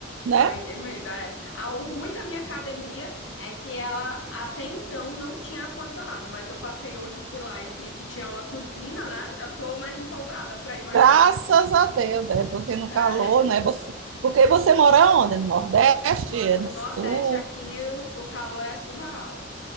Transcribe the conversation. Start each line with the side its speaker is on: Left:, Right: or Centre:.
Right: né?
Left: Ainda emenda, é. Ah, O ruim da minha academia é que ela até então não tinha ar-condicionado, mas eu passei hoje por lá e vi que tinha uma turbina, né? Já tô mais empolgada pra ir malhar.
Right: Graças a Deus, né? Porque no
Left: É,
Right: calor,
Left: <laughs>
Right: né? Você, porque você mora onde? No Nordeste?
Left: moro
Right: É
Left: no
Right: No
Left: Nordeste
Right: Sul?
Left: aqui, o o calor é surreal.